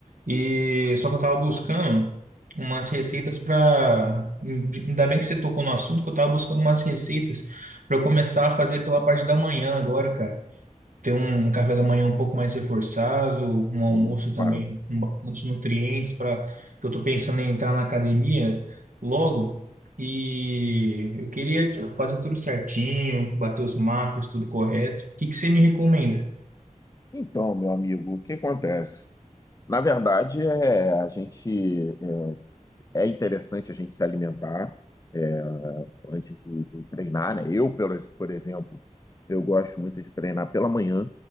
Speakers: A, on the right; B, on the left.
A: e só que eu tava buscando umas receitas pra. Ainda bem que você tocou no assunto, que eu tava buscando umas receitas pra eu começar a fazer pela parte da manhã agora, cara. ter um café da manhã um pouco mais reforçado, um almoço
B: Opa.
A: também com bastante nutrientes para que eu estou pensando em entrar na academia logo e eu queria fazer tudo certinho, bater os macros, tudo correto. O que que você me recomenda?
B: Então, meu amigo, o que acontece? Na verdade, é, a gente é interessante a gente se alimentar. é, antes de, de treinar, né? Eu, pelo- por exemplo, eu gosto muito de treinar pela manhã,